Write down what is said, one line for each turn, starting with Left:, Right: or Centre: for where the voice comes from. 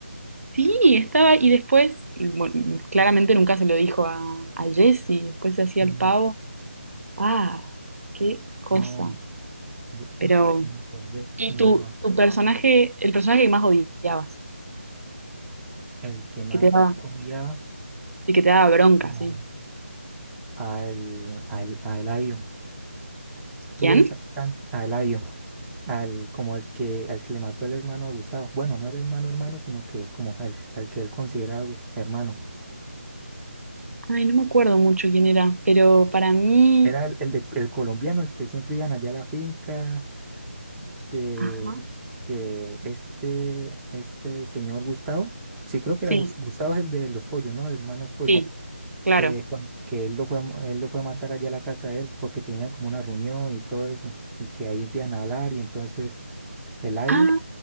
Right: Sí, estaba, y después, bueno, claramente nunca se lo dijo a, a Jessy, después se hacía
Centre: Mm,
Right: el pavo. Ah, qué cosa.
Centre: No, de-
Right: Pero,
Centre: ush, ya me acordé.
Right: y
Centre: No,
Right: tu, tu personaje, el personaje que más odiabas,
Centre: el que más
Right: que te daba,
Centre: odiaba
Right: y que te daba bronca,
Centre: al,
Right: sí.
Centre: al, al, a Eladio. Estuve
Right: ¿Quién?
Centre: sa- tan- a Eladio, al, como el que, al que le mató el hermano a Gustavo. Bueno, no era hermano hermano, sino que como el, al que él consideraba gu- hermano.
Right: Ay, no me acuerdo mucho quién era, pero para mí,
Centre: Era el, el de- el colombiano, el que siempre iban allá a la finca, que,
Right: ajá,
Centre: que este, este señor Gustavo, sí creo que
Right: sí,
Centre: era Gus- Gustavo es el de los pollos, ¿no? Hermanos pollos.
Right: sí, claro.
Centre: eh, cuan- que él lo fue a, mo- él lo fue a matar allá a la casa de él, porque tenía como una reunión y todo eso, y que ahí empiezan a hablar, y entonces... Eladio
Right: Ah,